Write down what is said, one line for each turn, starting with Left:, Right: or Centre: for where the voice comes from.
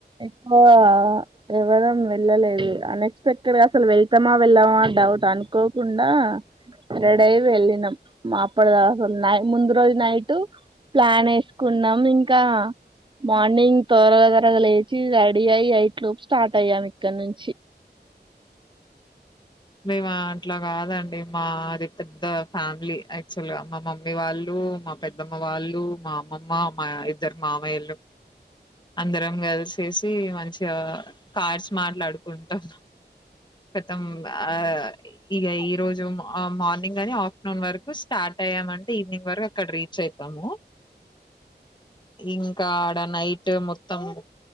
Right: ఎక్కువ ఎవ్వరం వెళ్ళలేదు అన్ఎక్స్పెక్టెడ్గా అసలు వెళ్తామా వెళ్ళమా డౌట్ అనుకోకుండా రెడయి వెళ్ళినాం మాప్పుడుదాకున్నాం ముందు రోజు నైట్ ప్లాన్ వేసుకున్నాం ఇంకా మార్నింగ్ త్వరగా త్వరగ లేచి రెడీ అయి ఎయిట్ లోపు స్టార్ట్ అయ్యాము ఇక్కడ నుంచి
Left: మేము అట్లా కాదండి మాది పెద్ద ఫ్యామిలీ యాక్చువల్గా మా మమ్మీ వాళ్ళు మా పెద్దమ్మ వాళ్ళు మా అమ్మమ్మ మా ఇద్దరు మామయ్యలు అందరం కలిసేసి మం చిగా కార్స్ మాట్లాడుకుంటాం కతం ఆ ఇక ఈ రోజు మా ఆ మార్నింగ్ అని ఆఫ్టర్నూన్ వరకు స్టార్ట్ అయ్యామంటే ఈవినింగ్ వరకు అక్కడ రీచ్ అయితాము ఇంకా గానైట్ మొత్తం